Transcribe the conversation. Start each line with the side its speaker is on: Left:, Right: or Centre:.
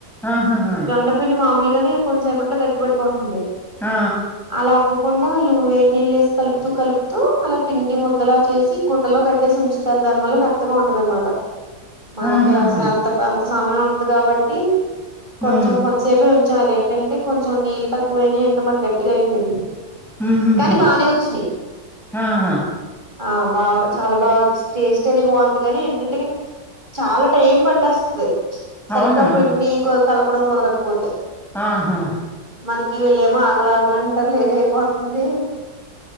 Centre: ఆహాహా
Right: జొన్నపిండి మామూలుగానే కొంతసేపట్లో గట్టిపడిపోతుంది.
Centre: ఆ
Right: అలా అవ్వకుండా వాళ్ళు వేడిళ్ళేసి కలుపుతూ కలుపుతూ అలా పిండి ముద్దలా చేసి గుడ్డలో కట్టేసి ఉంచు. తరు దానివల్ల మెత్తగా ఉంటదనమాట. మనకి
Centre: ఆహాహా
Right: అసలు అంత అంత సమయం ఉండదు కాబట్టి. కొంచెం
Centre: ఉమ్
Right: కొంతసేపే ఉంచం అదేంటంటే కొంచెం నీళ్ళు తక్కువ అయినయో ఏంటో మరి గట్టిగా అయిపోయింది.
Centre: ఉహుహు
Right: కానీ బానే ఒచ్చినయి.
Centre: ఆహా
Right: ఆ బా చాలా బాగా ఒచ్ టేస్ట్ అది బాగుంది గాని ఏంటంటె. చాలా టైం పట్టేస్తది సరిగ్గా
Centre: అవునా
Right: పిండి కో కలపడం కుదరకపోతే.
Centre: ఆహా.
Right: మనకి వెళ్ళేమో ఆకలా ఆకలంటారు లేట్ అయిపోతుంది.